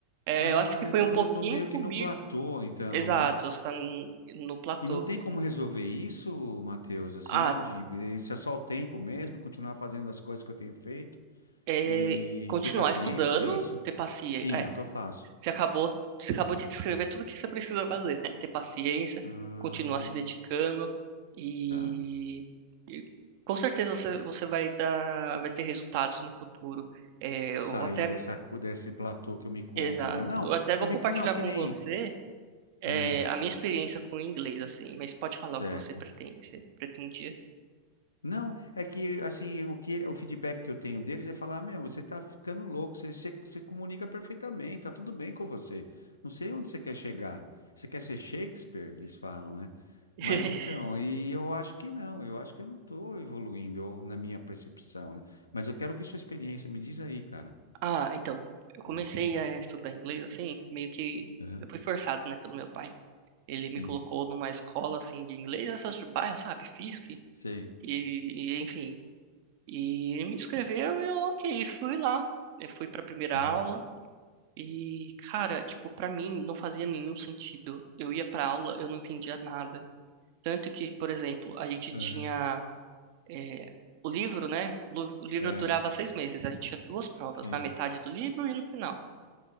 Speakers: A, on the right; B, on the left.
A: É,
B: Ah,
A: eu acho que foi
B: então
A: um pouquinho
B: eu tô meio que
A: comigo.
B: no platô, então,
A: Exato,
B: né?
A: você tá no, no platô.
B: E não tem como resolver isso, Matheus, assim,
A: Ah,
B: de, isso é só o tempo mesmo, continuar fazendo as coisas que eu tenho feito
A: é,
B: e
A: continuar
B: ter paciência,
A: estudando,
B: é isso?
A: ter paciência.
B: Sim,
A: É,
B: é o que eu faço.
A: você acabou, você acabou de descrever tudo que você precisa fazer, né? Ter paciência,
B: Ah,
A: continuar se dedicando e,
B: tá.
A: e com certeza você, você vai dar, vai ter resultados no futuro. É,
B: sair
A: eu até
B: dessa, cu- desse platô que eu me encontro,
A: Exato.
B: né? Não,
A: Eu até vou
B: eu
A: compartilhar
B: me, não, que
A: com
B: nem,
A: você eh,
B: ah,
A: a minha experiência com o inglês, assim, mas pode falar
B: certo.
A: o que você pretende, você pretendia.
B: Não, é que assim, o que o feedback que eu tenho deles é falar, meu, você tá ficando louco, você, você, você comunica perfeitamente, tá tudo bem com você. Não sei onde você quer chegar. Você quer ser Shakespeare? Eles falam, né?
A: <laughs>
B: Mas então, e eu acho que não, eu acho que eu não tô evoluindo ou na minha percepção, né? Mas eu quero ouvir sua experiência, me diz aí, cara.
A: Ah, então, eu comecei
B: Ah,
A: a estudar inglês, assim, meio que
B: Aham,
A: eu fui forçado, né, pelo meu pai. Ele
B: Sim,
A: me colocou numa escola, assim, de inglês, essas de bairro, sabe, Fisk, e,
B: sei.
A: e, enfim. E ele me inscreveu e eu, ok, fui lá. Eu fui pra primeira
B: Aham,
A: aula e, cara, tipo, pra mim não fazia nenhum sentido. Eu ia pra aula, eu não entendia nada. Tanto que, por exemplo, a gente
B: aham,
A: tinha eh, o livro, né? Lu- O livro
B: é.
A: durava seis meses. A gente tinha duas provas,
B: Sim,
A: na metade do livro e no final.